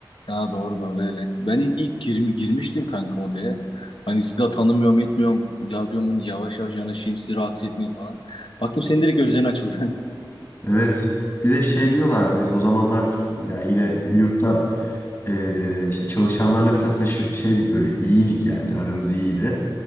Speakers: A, on the left (about 80°); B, on the left (about 35°).
A: Ha doğru doğru evet. Ben ilk, ilk gir- girmiştim kanka odaya. Hani sizi daha tanımıyorum etmiyorum. Ya diyorum hani yavaş yavaş yanaşayım sizi rahatsız etmeyeyim falan. Baktım senin direkt gözlerin açıldı.
B: Evet. Bir de şey diyorlardı biz o zamanlar ya yine yurtta eee, işte çalışanlarla falan haşır, şeydik böyle iyiydik yani aramız iyiydi.